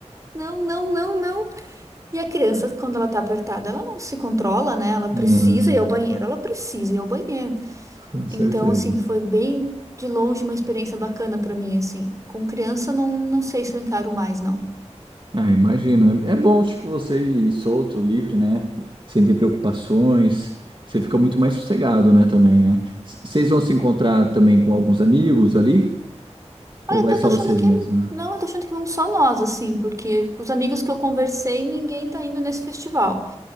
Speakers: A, on the right; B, on the right.
A: não, não, não, não. E a criança, quando ela tá apertada, ela não se controla, né? Ela precisa
B: Não,
A: ir ao banheiro, ela precisa ir ao banheiro.
B: com certeza.
A: Então, assim, foi bem de longe uma experiência bacana para mim, assim. Com criança, não, não sei se eu encaro mais, não.
B: Ah, imagino. É, é bom, tipo, você ir solto, livre, né? Sem ter preocupações. Você fica muito mais sossegado, né, também, né? C- Vocês vão se encontrar também com alguns amigos ali?
A: Olha,
B: Ou vai
A: eu
B: só
A: tô achando
B: vocês
A: que
B: mesmos? né?
A: não, eu tô achando que vão só nós, assim, porque com os amigos que eu conversei, ninguém tá indo nesse festival.